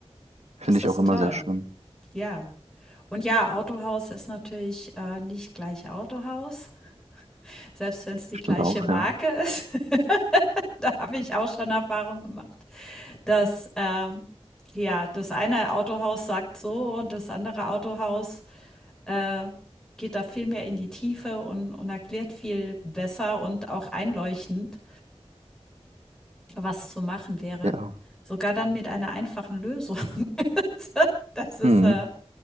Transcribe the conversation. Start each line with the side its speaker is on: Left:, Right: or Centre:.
Right: Finde
Centre: Das
Right: ich
Centre: ist
Right: auch immer
Centre: toll.
Right: sehr schön.
Centre: Ja. Und ja, Autohaus ist natürlich, äh, nicht gleich Autohaus, selbst wenn es die
Right: Stimmt
Centre: gleiche
Right: auch,
Centre: Marke
Right: ja.
Centre: ist. <laughs> Da habe ich auch schon Erfahrung gemacht, dass, ähm, ja, das eine Autohaus sagt so und das andere Autohaus äh, geht da viel mehr in die Tiefe und, und erklärt viel besser und auch einleuchtend, was zu machen wäre.
Right: Ja.
Centre: Sogar dann mit einer einfachen Lösung. <laughs> das ist,
Right: Hm,
Centre: äh,